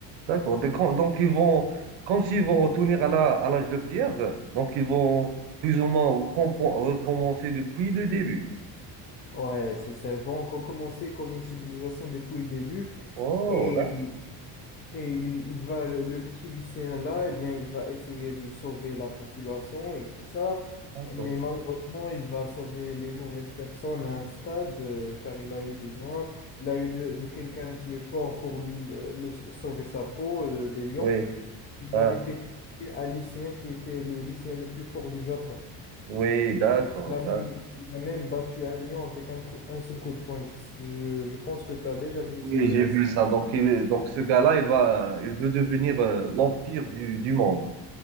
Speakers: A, on the right (about 70°); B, on the left (about 25°).
A: D'accord. Donc, quand- donc, ils vont, comme s'ils vont retourner à la, à l'âge de pierre, donc ils vont plus ou moins recompo- recommencer depuis le début.
B: Ouais, c'est ça, elles vont recommencer comme une civilisation depuis le début. Mhm.
A: Oh,
B: Et
A: d'ac-
B: Et il va, le, le petit lycéen là, eh bien, il va essayer de sauver la population et tout ça.
A: d'accord.
B: Mais malheureusement, il va sauver les mauvaises personnes à un stade, euh, car il a eu besoin, il a eu de, de quelqu'un qui est fort pour lui- euh, le, sauver sa peau, euh, des lions.
A: Oui,
B: Il
A: ah,
B: a dépétriqué un lycéen qui était le lycéen le plus fort du Japon.
A: oui, d'accord,
B: Il a
A: d'accord.
B: même, il a même battu un lion avec un coup- un seul coup de poing. Je, je- je pense que tu as déjà vu
A: Oui,
B: cette,
A: j'ai vu
B: scène.
A: ça. Donc, il- donc ce gars-là, il va, il veut devenir euh, l'empire du, du monde,